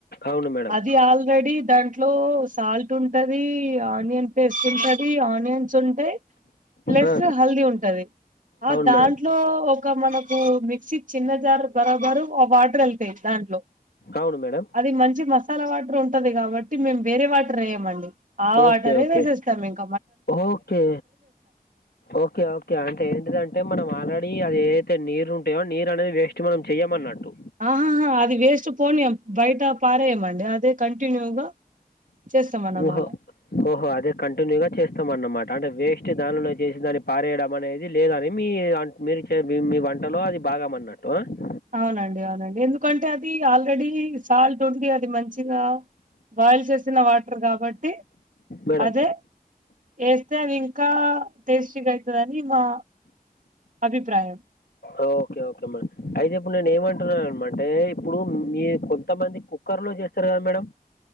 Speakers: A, on the left; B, on the right.
A: అవును మేడం
B: అది ఆల్రెడీ దాంట్లో సాల్ట్ ఉంటది, ఆనియన్ పేస్ట్ ఉంటది, ఆనియన్స్ ఉంటాయి ప్లస్
A: ఆ,
B: హల్దీ ఉంటది. ఆ
A: అవును
B: దాంట్లో
A: మేడం
B: ఒక మనకు మిక్సీ చిన్న జార్ బరాబరు వాటర్ ఎళ్తాయి దాంట్లో.
A: అవును మేడం
B: అది మంచి మస్ సాల వాటర్ ఉంటది కాబట్టి, మేము వేరే వాటర్ వేయమండి ఆ వాటరే
A: ఓకే ఓకే
B: వేసేస్తాం ఇంక్
A: ఓకే ఓకే ఓకే అంటే ఏంటిదంటే మనం ఆల్రెడీ అది ఏదైతే నీరు ఉంటాయో నీరు అనేది వేస్ట్ చ్ మనం చేయమన్నట్టు
B: ఆహాహా అది వేస్ట్ పోనీయం బయట పారేయమండి అదే కంటిన్యూగా చేస్తాం అన్నమాట
A: ఓహో ఓహో అదే కంటిన్యూగా చేస్తామన్నమాట అంటే వేస్ట్ దానిలో చేసి దాన్ని పారేయడం అనే అది లేదని మీ మీరు చే మీ మీ వంటలో అది బాగమన్నట్టు ఆ
B: అవునండి అవునండి ఎందుకంటే అది ఆల్రెడీ సాల్ట్ ఉంది అది మంచిగా బాయిల్ చేసిన వాటర్ కాబట్టి
A: మేడం
B: అదే వేస్తే అవింకా టేస్టీగయితదని మా అభిప్రాయం
A: ఓకే ఓకే మేడం అయితే ఇప్పుడు నేనేమంటున్నాననమంటే ఇప్పుడు మీ కొంతమందికు కుక్కర్ లో చేస్తారు కదా మేడం